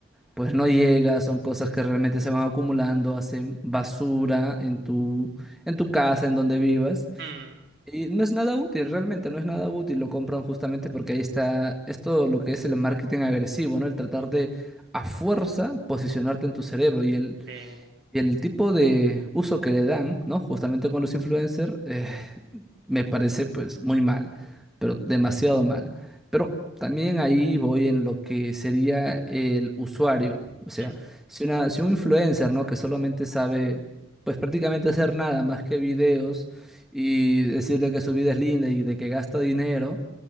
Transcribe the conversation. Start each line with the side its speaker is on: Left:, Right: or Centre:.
Centre: pues no llega, son cosas que realmente se van acumulando, hacen basura en tu, en tu casa, en donde vivas.
Right: mm,
Centre: Y no es nada útil, realmente, no es nada útil. Lo compran justamente porque ahí está, es todo lo que es el marketing agresivo, ¿no? El tratar de a fuerza posicionarte en tu cerebro. Y el,
Right: eh,
Centre: y el tipo de uso que le dan, ¿no? Justamente con los influencers, eh, me parece pues muy mal, pero demasiado mal. Pero también ahí voy en lo que sería el usuario. O sea,
Right: mm,
Centre: si una, si un influencer, ¿no? Que solamente sabe pues prácticamente hacer nada más que videos y decirle que su vida es linda y de que gasta dinero,